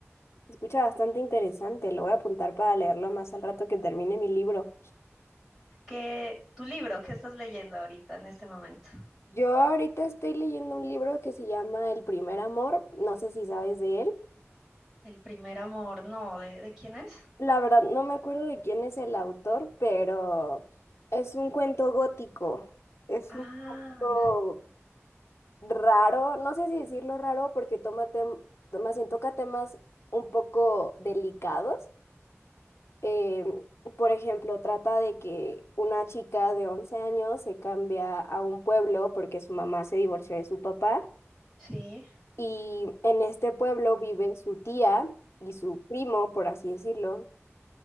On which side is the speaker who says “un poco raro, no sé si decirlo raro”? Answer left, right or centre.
Left